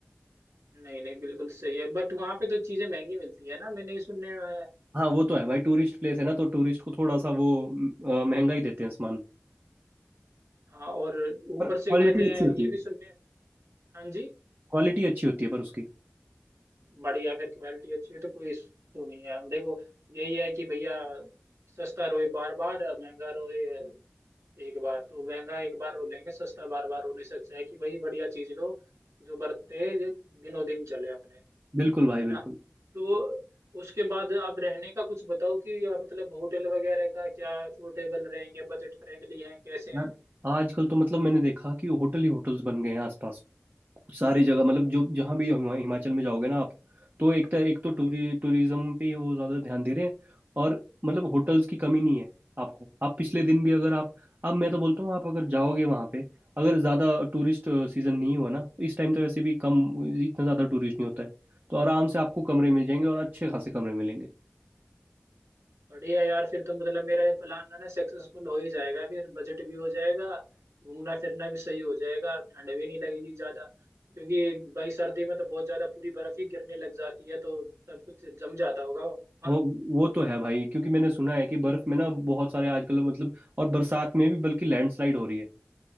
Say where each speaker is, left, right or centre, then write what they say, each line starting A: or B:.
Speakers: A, on the right; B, on the right.
A: नहीं नहीं बिल्कुल सही है बट वहाँ पे तो चीजें महंगी मिलती है ना मैंने ये सुनने में आया है।
B: हाँ वो तो है भाई टूरिस्ट प्लेस है ना तो टूरिस्ट को थोड़ा सा वो अ, महंगा ही देते हैं सामान
A: हाँ और ऊपर
B: पर
A: से
B: क्वालिटी
A: कहते
B: अच्छी
A: हैं
B: होती
A: ये भी
B: है
A: सुनने हाँ जी
B: क्वालिटी अच्छी होती है पर उसकी
A: बढ़िया फिर क्वालिटी अच्छी है तो कोई इशू नहीं है देखो यही है कि भैया सस्ता रोए बार बार महंगा रोए एक बार तो महंगा एक बार रो लेंगे सस्ता बार बार रोने से अच्छा है कि भाई बढ़िया चीज लो जो बरते दिनों दिन चले अपने
B: बिल्कुल भाई
A: है
B: बिल्कुल
A: ना तो उसके बाद आप रहने का कुछ बताओ कि आप मतलब होटल वगैरह का क्या अफोर्डेबल रहेंगे बजट फ्रेंडली हैं कैसे
B: यार
A: हैं
B: आजकल तो मतलब मैंने देखा कि होटल ही होटल्स बन गए हैं आसपास सारी जगह मतलब जो जहाँ भी हिमा- हिमाचल में जाओगे ना आप तो एक तो एक तो
A: हाँ।
B: टूरी टूरिज्म पे वो ज़्यादा ध्यान दे रहे हैं और मतलब होटल्स की कमी नहीं है आपको आप पिछले दिन भी अगर आप अब मैं तो बोलता हूँ आप अगर जाओगे वहाँ पे अगर ज़्यादा टूरिस्ट सीज़न नहीं हुआ ना इस टाइम तो वैसे भी कम इतना ज़्यादा टूरिस्ट नहीं होता है तो आराम से आपको कमरे मिल जाएंगे और अच्छे खासे कमरे मिलेंगे
A: बढ़िया यार फिर तो मतलब मेरा ये प्लान ना ना सक्सेसफुल हो ही जाएगा फिर बजट भी हो जाएगा घूमना फिरना भी सही हो जाएगा ठंड भी नहीं लगेगी ज्यादा क्योंकि भाई सर्दी में तो बहुत ज्यादा पूरी बर्फ ही गिरने लग जाती है तो सब कुछ जम जाता होगा वहाँ
B: वो वो तो है भाई क्योंकि मैंने सुना है कि बर्फ़ में ना बहुत सारे आजकल मतलब और बरसात में भी बल्कि लैंडस्लाइड हो रही है